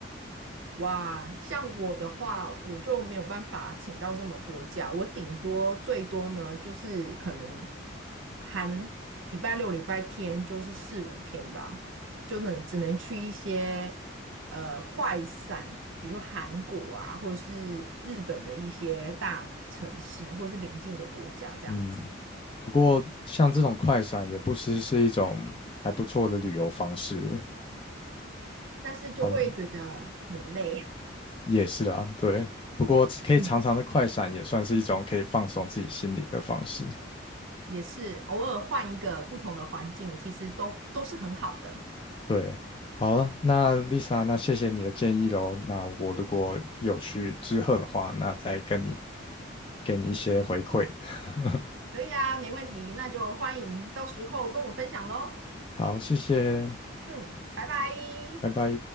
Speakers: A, on the right; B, on the left.
A: 哇，像我的话，我就没有办法请到这么多假，我顶多最多呢，就是可能含礼拜六、礼拜天，就是四五天吧，就能只能去一些呃快闪，比如韩国啊，或是日本的一些大城市，或是邻近的国家这样子，
B: 嗯，不过像这种快闪也不失是一种还不错的旅游方式。
A: 但是就会觉得很累，
B: 好，也是啊，对。不过可以常常的快闪也算是一种可以放松自己心理的方式。
A: <laughs> 嗯，也是偶尔换一个不同的环境，其实都都是很好的。
B: 对，好了，那 Lisa，那谢谢你的建议喽。那我如果有去之鹤的话，那再跟你给你一些回馈。<laughs>
A: 可以啊，没问题，那就欢迎到时候跟我分享喽。
B: 好，谢谢，
A: 嗯，拜拜。
B: 拜拜。